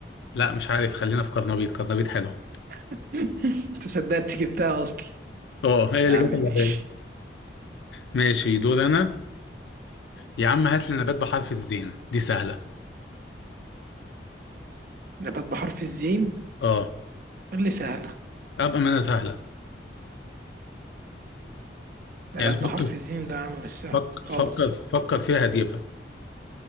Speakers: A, on the left; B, on the right.
A: لا مش عارف خلينا في قرنبيط قرنبيط حلوه
B: <laughs> انت صدقت جبتها اصلا
A: اه هي
B: يا
A: اللي
B: عم
A: جت
B: ماشي
A: على بالي ماشي دور انا يا عم هات لي نبات بحرف الزين دي سهله
B: نبات بحرف الزين
A: اه
B: اللي سهله
A: ابقى ما انا سهله
B: نبات
A: يعني فكر
B: بحرف الزين لا يا عم مش سهله
A: فكر
B: خالص
A: فكر فكر فيها هتجيبها